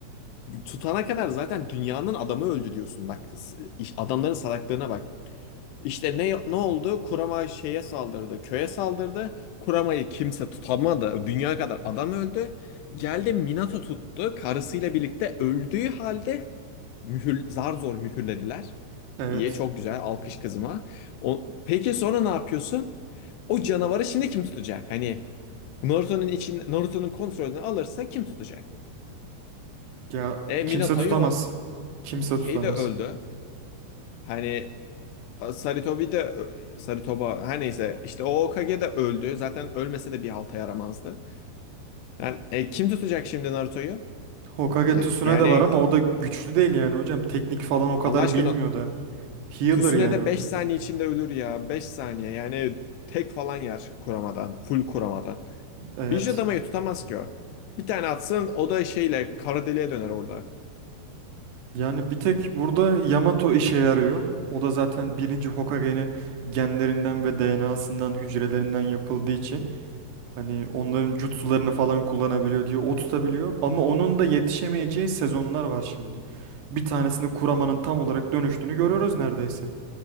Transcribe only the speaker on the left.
Tutana kadar zaten dünyanın adamı öldü diyorsun. Bak s- iş- adamların salaklığına bak. İşte ne ne oldu? Kurama şeye saldırdı, köye saldırdı. Kurama'yı kimse tutamadı. Dünya kadar adam öldü. Geldi Minato tuttu. Karısıyla birlikte öldüğü halde mühür, zar zor mühürlediler.
İyi, çok güzel. Alkış kızıma. O, peki sonra ne yapıyorsun? O canavarı şimdi kim tutacak? Hani Naruto'nun için Naruto'nun kontrolünü alırsa kim tutacak?
E Minato
yok.
Şey
de öldü. Hani e, Saritobi de Saritoba her neyse işte o Hokage de öldü. Zaten ölmese de bir halta yaramazdı. Yani e, kim tutacak şimdi Naruto'yu?
E,
yani
Allah aşkına
Tüsüne
de
5 saniye içinde ölür ya. beş saniye yani tek falan yer kuramadan. Full kuramadan.
Bir adamayı tutamaz ki o. Bir tane atsın o da şeyle kara deliğe döner orada.